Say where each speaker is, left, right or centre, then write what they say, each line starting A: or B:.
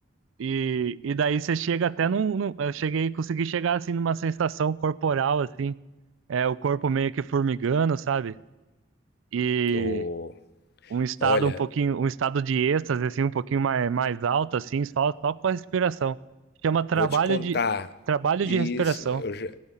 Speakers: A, on the right; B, on the left.
A: e, e daí você chega até num, num- eu cheguei, consegui chegar assim numa sensação corporal assim, é o corpo meio que formigando, sabe? E
B: oh
A: um estado
B: olha,
A: um pouquinho, um estado de êxtase, assim, um pouquinho mais, mais alto, assim, só, só com a respiração. Chama trabalho
B: Vou te contar.
A: de, trabalho
B: Isso,
A: de respiração.
B: eu já,